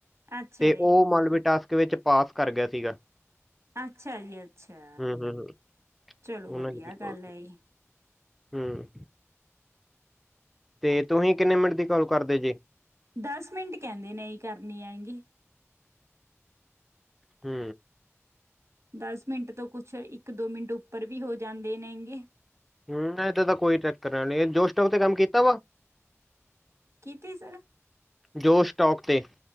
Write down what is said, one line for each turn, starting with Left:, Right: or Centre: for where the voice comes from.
Right: ਅੱਛਾ
Centre: ਤੇ
Right: ਜੀ
Centre: ਓ ਮੰਨ ਲੋ ਵੀ ਟਾਸ ਇਕ ਵਿੱਚ ਪਾਸ ਕਰ ਗਿਆ ਸੀਗਾ।
Right: ਅੱਛਾ ਜੀ ਅੱਛਾ।
Centre: ਹੂੰ ਹੂੰ ਹੂੰ
Right: ਚਲੋ
Centre: ਉਹਨਾਂ
Right: ਵਧੀਆ
Centre: ਦੀ ਕਾਲ
Right: ਗੱਲ ਏ
Centre: ਹੂੰ ਤੇ ਤੁਹੀ ਕਿੰਨੇ ਮਿੰਟ ਦੀ ਕਾਲ ਕਰਦੇ ਜੇ।
Right: ਦਸ ਮਿੰਟ ਕਹਿੰਦੇ ਨੇ ਜੀ ਕਰਨੀ ਆ ਗਈ
Centre: ਹੂੰ
Right: ਦਸ ਮਿੰਟ ਤੋਂ ਕੁੱਛ ਇੱਕ ਦੋ ਮਿੰਟ ਉੱਪਰ ਵੀ ਹੋ ਜਾਂਦੇ ਨੇਗੇ
Centre: ਹੂੰ ਏਦਾ ਤਾਂ ਕੋਈ ਚੱਕਰ ਨਾ ਨੀ ਜੋਸ਼ਟੋਕ ਤੇ ਕੰਮ ਕੀਤਾ ਵਾ।
Right: ਕਿਤੇ ਸਰ
Centre: ਜੋ ਸਟੋਕ ਤੇ